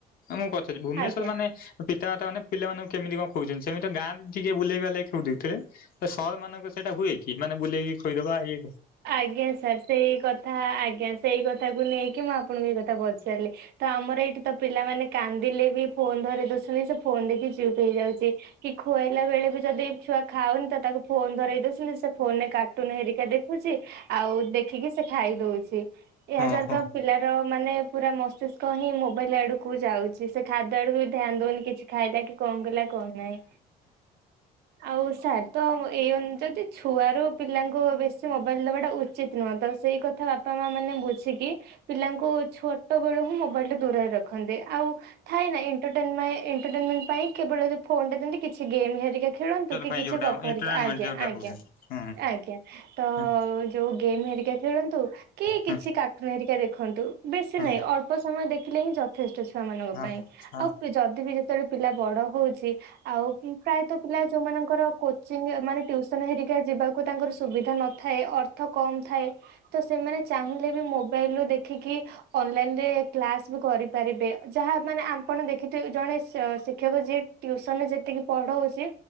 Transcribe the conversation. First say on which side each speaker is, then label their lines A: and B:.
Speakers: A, on the left (about 60°); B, on the right (about 70°).
A: ମୁଁ ପଚାରୁଚି ଭୁବନେଶ୍ଵର
B: ଆଜ୍ଞା
A: ମାନେ ପି ପିତା ମାତା ମାନେ ପିଲାମାନଙ୍କୁ କେମିତି କଣ କହୁଛନ୍ତି ସେମିତି ଗାଁରେ ଟିକେ ବୁଲେଇକି ଖୋଇ ଦୋଉଥିଲେ ତ ସହର ମାନଙ୍କ ସେଇଟା ହୁଏ କି ମାନେ ବୁଲେଇକି ଖଦବା ଇ
B: ଆଜ୍ଞା ସାର୍ ସେଇ କଥା ଆଜ୍ଞା ସେଇ କଥା କ ନେଇକି ଆ ଆପଣଙ୍କୁ ଏ କଥା ପଚାରିଲି ତ ଆମର ଏଇଠି ତ ପିଲାମାନେେ କାନ୍ଦିଲେ ବି ଫୋନ ଧରେଇ ଦଉଚନ୍ତି ସ ଫୋନ ଦେଖି ଚୁପ୍ ହେଇଯାଉଛି। କି ଖୁଆଇଲା ବେଳେ ବି ଯଦି ଛୁଆ ଖାଉନି ତ ତାକୁ ଫୋନ ଧରଇ ଦଉଛନ୍ତି, ସେ ଫୋନରେ କାର୍ଟୁନ ହେରିକା ଦେଖୁଛି ଆଉ ଦେଖିକି ସେ ଖାଇ ଦଉଛି।
A: ମନୋରଞ୍ଜନ
B: ଏହା ଦ୍ଵାରା ତ ପିଲାର ମାନେ ପୁରା ମସ୍ତିଷ୍କ ହିଁ ମୋବାଇଲ ଆଡକୁ ଯାଉଛି। ସେ ଖାଦ୍ୟ ଆଡକୁ ବି ଧ୍ୟାନ ଦଉନି କିଛି ଖାଇଲା କି କଣ କଲା କଣ ନାହିଁ? ଆଉ ସାର୍ ତ ଏଇ <unintelligible> ଯଦି ଛୁଆରୁ ପିଲାଙ୍କୁ ବେଶୀ ମୋବାଇଲ ଦେବା ଟା ଉଚିତ୍ ନୁହେଁ ତ ସେଇ କଥା ବାପା ମା ମାନେ ବୁଝିକି ପିଲାଙ୍କୁ ଛୋଟ ବେଳୁ ହିଁ ମୋବାଇଲଠୁ ଦୂରରେ ରଖନ୍ତେ। ଆଉ ଥାଏ ନାଇଁ <unintelligible> ଏଣ୍ଟରଟେନମେ ଏଣ୍ଟରଟେନମେଣ୍ଟ ପାଇଁ କେବଳ ଫୋନ ଟା ଦିଅନ୍ତି? କିଛି ଗେମ୍ ହେରିକା ଖେଳନ୍ତୁ କି
A: ପାଇଁ
B: କିଛି
A: ଯୋଉଟା
B: ଗପ
A: ଏଣ୍ଟରଟେନମେଣ୍ଟ
B: ହେରିକା। ଆଜ୍ଞା
A: ଯୋଉଟା
B: ଆଜ୍ଞା
A: କହୁଛନ୍ତି। ହୁଁ
B: ଆଜ୍ଞା। ଆ
A: ହୁଁ
B: ଯୋଉ ଗେମ୍ ହେରିକା ଖେଳନ୍ତୁ କି କିଛି
A: ହୁଁ ହୁଁ
B: କାଟୁନ ହେରିକା ଦେଖନ୍ତୁ? ବେଶୀ
A: ହଁ
B: ନାହିଁ ଅଳ୍ପ ସମୟ ଦେଖିଲେ ହିଁ ଯଥେଷ୍ଟ ଛୁଆ ମାନଙ୍କ ପାଇଁ।
A: ହଁ ହଁ
B: ଆଉ ଯଦି ବି ଯେତେବେଳେ ପିଲା ବଡ ହଉଛି ଆଉ ପ୍ରାୟତଃ ପିଲା ଯୋଉମାନଙ୍କର କୋଚିଂ ମାନେ ଟ୍ୟୁସନ ହେରିକା ଯିବାକୁ ତାଙ୍କର ସୁବିଧା ନଥାଏ। ଅର୍ଥ କମ ଥାଏ। ତ ସେମାନେ ଚାହିଁଲେ ବି ମୋ ମୋବାଇଲ ରୁ ଦେଖିକି ଅନଲାଇନରେ କ୍ଲାସ ବି କରିପାରିବେ। ଯାହା ମାନେ ଆପଣ ଦେଖିେଥିବେ ଜଣେ ସ ଶିକ୍ଷକ ଯିଏ ଟିଉସନରେ ଯେତିକି ପଢଉଛି?